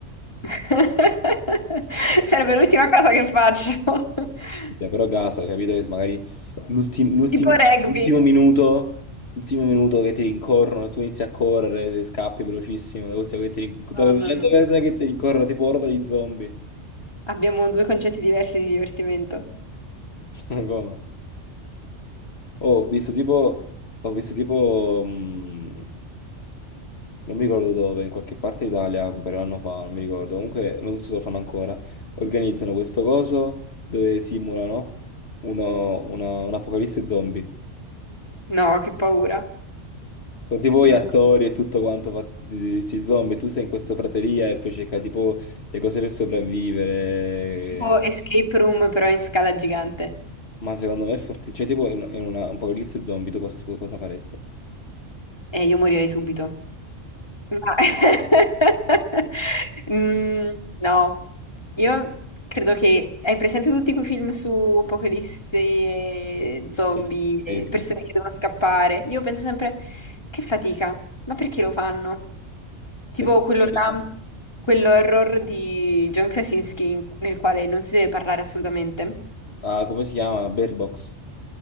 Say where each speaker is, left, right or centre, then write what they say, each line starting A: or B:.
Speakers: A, on the left (about 20°); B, on the left (about 60°).
A: <laughs> Sarebbe l'ultima cosa che faccio. <laughs>
B: Cioè, però casa, capito che magari l'ultim- l'ultimi-
A: Tipo rugby.
B: l'ultimo minuto, l'ultimo minuto che ti rincorrono e tu inizi a correre, ti scappi velocissimo da questi che ti rin- da
A: No,
B: queste
A: no,
B: 100
A: no, no.
B: persone
A: no.
B: che ti rincorrono tipo orda di zombie.
A: Abbiamo due concetti diversi di divertimento.
B: <laughs> Ma Come? Oh, ho visto tipo, ho visto tipo, mh, non mi ricordo dove, in qualche parte d'Italia, un paio d'anno fa, non mi ricordo, comunque non so se lo fanno ancora, organizzano questo coso dove simulano uno- una- un'apocalisse zombie.
A: No, che paura.
B: Con tipo
A: No.
B: gli attori e tutto quanto fatti di questi zombie, tu sei in questa prateria e poi cerca tipo le cose per sopravvivere.
A: Tipo escape room però in scala gigante.
B: Ma secondo me è fortissimo. Cioè, tipo in, in una, un apocalisse zombie, tu cosa, cosa faresti?
A: E io morirei subito. Ma- <laughs> Mm, no, io credo che... Hai presente tutti quei film su apocalisse, e zombie,
B: Sì,
A: e
B: sì, sì,
A: persone
B: sì.
A: che devono scappare? Io penso sempre, che fatica, ma perché lo fanno? Tipo
B: Eh sì, sicuramente.
A: quello là, quello horror di John Krasinski in- nel quale non si deve parlare assolutamente.
B: Ah, come si chiama? Bear Box.